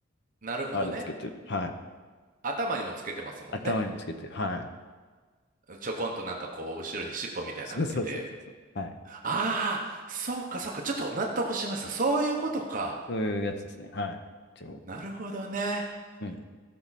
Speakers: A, on the right; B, on the left.
A: なるほどね。
B: あれつけて、はい。
A: 頭にもつけてますもんね。
B: 頭にもつけて、はい。
A: ちょこんとなんかこう、後ろに尻尾みたいなのが出て
B: そうそうそうそうそう。はい。
A: ああ、そうか、そうか。ちょっと納得しました。そういうことか。
B: そういうやつですね。はい。一応、
A: なるほどね。
B: うん。